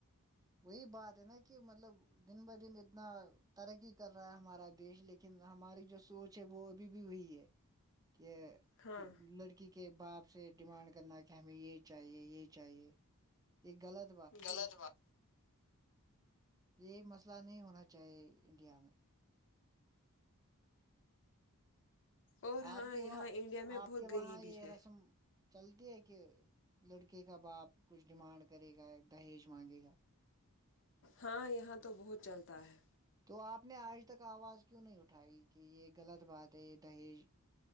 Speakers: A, on the right; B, on the left.
A: وہی بات ہے نا کہ مطلب دن ب دن اتنا ترقی کر رہا ہے ہمارا دیش لیکن ہماری جو سوچ ہے وہ ابھی بھی وہی ہے کہ
B: ہاں
A: لڑکی کہ باپ سے ڈیمانڈ کرنا کہ ہمیں یہ چاہیے یہ چاہیے یہ غلط
B: غلط بات
A: یہ مسئلہ نہیں ہونا چاہیے انڈیا میں
B: اور ہاں
A: آپ کے
B: یہاں
A: وہاں
B: انڈیا میں
A: آپ
B: بہت
A: کے
B: غریبی
A: وہاں یہ
B: ہے
A: رسم چلتی ہے کہ لڑکے کا باپ کچھ ڈیمانڈ کرے گا دہیج مانگے گا
B: ہاں یہاں تو بہت چلتا ہے
A: تو آپ نے آج تک آواز کیوں نہیں اٹھائی کہ یہ غلط بات ہے یہ دہیج